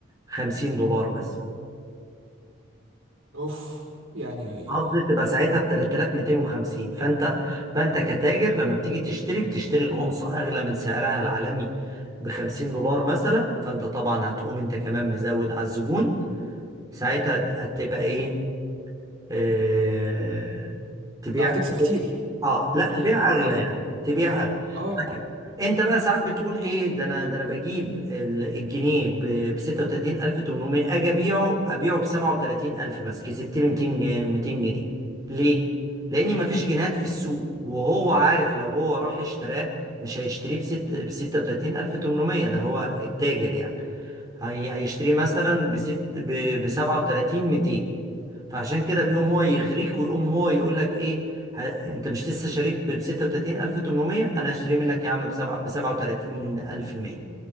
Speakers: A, on the right; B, on the right.
A: 50 دولار مثلا
B: اوف يعني
A: قصدي تبقى ساعتها ب 3250 فانت فانت كتاجر لما بتيجي تشتري بتشتري الأونصة اغلى من سعرها العالمي ب 50 دولار مثلا فانت طبعا هتقوم انت كمان مزود على الزبون ساعتها هت- هتبقى ايه آه، تبيع
B: لا هتكسب
A: تبيع-
B: كتير
A: اه
B: يعني
A: لا تبيع اغلى
B: اه
A: يعني تبيع اغلى
B: اه
A: انت بقى ساعات بتقول ايه ده انا ده انا بجيب ال- الجنيه ب 36800 اجي ابيعه ابيعه ب 37000 مثلا كسبت لي 200 جنيه- 200 جنيه ليه؟ لان مفيش جنيهات في السوق وهو عارف لو هو راح اشتراه مش هيشتريه بست ب 36800 ده هو التاجر يعني هي هيشتريه مثلا بست ب 37200 فعشان كده بيقوم هو يغريك ويقوم هو يقول لك ايه ه... انت مش لسه شاريه ب 36800 انا هشتريه منك يا عم بسبعة- ب 37100